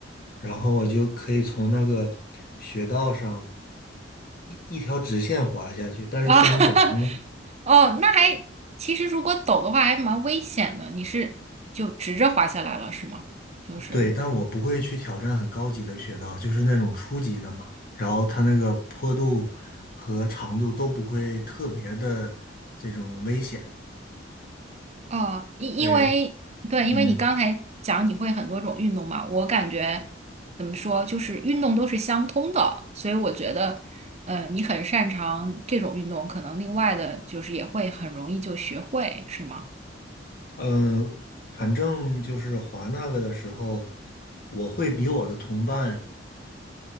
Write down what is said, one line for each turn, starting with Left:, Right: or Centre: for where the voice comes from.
Left: 然后我就可以从那个雪道上一一条直线滑下去，但是不能转弯。
Right: 啊，<laughs> 哦，那还其实如果抖的话还蛮危险的，你是就直着滑下来了是吗？就是。
Left: 对，但我不会去挑战很高级的雪道，就是那种初级的嘛。然后它那个坡度和长度都不会特别的这种危险。
Right: 哦，因因为对，
Left: 对，
Right: 因为你刚才讲你会很多种运动嘛，
Left: 嗯
Right: 我感觉怎么说，就是运动都是相通的，所以我觉得，呃，你很擅长这种运动，可能另外的就是也会很容易就学会，是吗？
Left: 嗯，呃反正就是滑那个的时候，我会比我的同伴。